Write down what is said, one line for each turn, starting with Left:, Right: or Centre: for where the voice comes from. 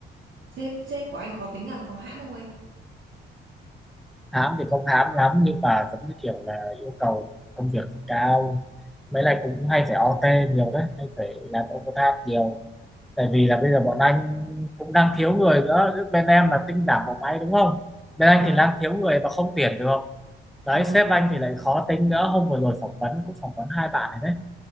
Right: sếp sếp của anh khó tính à, có hãm không anh?
Centre: hám thì không hám lắm nhưng mà vẫn như kiểu là yêu cầu công việc thì cao mấy lại cũng hay phải OT nhiều đấy hay phải làm overtime nhiều tại vì là bây giờ bọn anh cũng đang thiếu người nữa Chứ bên em là tinh giảm bộ máy đúng không bên
Right: Vâng.
Centre: anh thì đang thiếu người và không tuyển được đấy
Right: Ờ
Centre: sếp anh thì lại khó tính nữa hôm vừa rồi phỏng vấn cũng phỏng vấn hai bạn này đấy